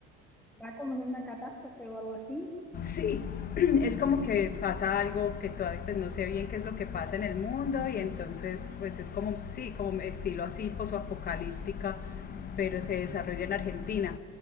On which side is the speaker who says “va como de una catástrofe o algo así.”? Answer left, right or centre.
Centre